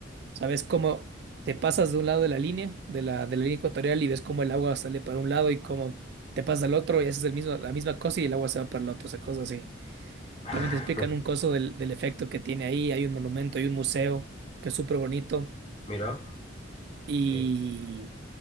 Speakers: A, on the right; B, on the left.
A: ¿Sabes cómo te pasas de un lado de la línea, de la, de la línea ecuatorial y ves cómo el agua sale para un lado y cómo te pasas al otro y haces el mismo, la misma cosa y el agua se va para el otro, o sea, cosas así.
B: <laughs>
A: También te explican un coso del, del efecto que tiene ahí, hay un monumento, hay un museo que es súper bonito
B: Mira,
A: y
B: que